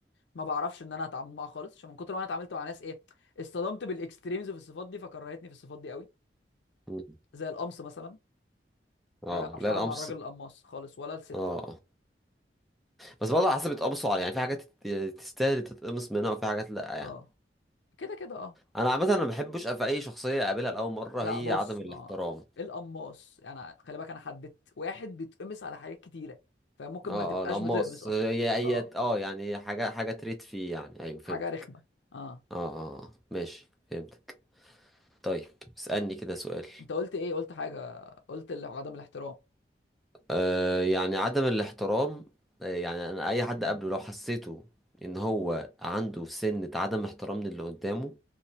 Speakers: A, on the left; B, in the centre.
A: ما بعرفش إن أنا أتعامل معاها خالص عشان من كتر ما أنا اتعاملت مع ناس إيه اصطدمت بالإكستريمز في الصفات دي فكرهتني في الصفات دي قوي
B: مم.
A: زي القمص مثلا
B: اه
A: آه، ما بعرفش
B: لا
A: أتعامل
B: القمص
A: مع الراجل
B: اه
A: القماص خالص ولا الست
B: آه.
A: عامة
B: بس برضه على حسب اتقمصوا على يعني في حاجات تت- تستاهل تتقمص منها وفي حاجات لا يعني
A: اه كده كده اه
B: انا عامة ما بحبش في اي شخصية اقابلها لاول مرة
A: لا
B: هي
A: بص
B: عدم الاحترام
A: ما القماص يعني خلي بالك انا حددت واحد بيتقمص على حاجات كتيره فممكن
B: اه
A: ما تبقاش
B: اه القماص
A: بتقمص اصلا
B: هي اي
A: اه
B: اه يعني حاجة حاجة تريد فيه يعني ايوه فهمتك
A: حاجه رخمه اه
B: اه اه آه. ماشي فهمتك طيب اسألني كده سؤال
A: انت قلت ايه قلت حاجه قلت اللي هو عدم الاحترام
B: آه، يعني عدم الاحترام آه، يعني انا اي حد
A: مم.
B: قبله لو حسيته ان هو عنده سنة عدم احترام للي قدامه